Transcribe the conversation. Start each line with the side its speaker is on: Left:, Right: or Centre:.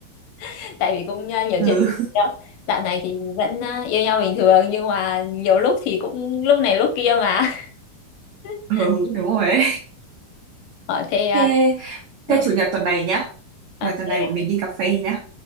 Left: <laughs> tại vì cũng ờ, nhiều
Right: Ừ,
Left: chuyện đó dạo này thì vẫn ờ, yêu nhau bình thường nhưng mà nhiều lúc thì cũng lúc này lúc kia mà
Right: <laughs>
Left: <laughs>
Right: ừ, đúng rồi ấy.
Left: ở thế ờ,
Right: Thế, thế
Left: ừ,
Right: chủ nhật tuần này nhá. Chủ
Left: ok
Right: Nhật tuần này bọn mình đi cà phê nhá.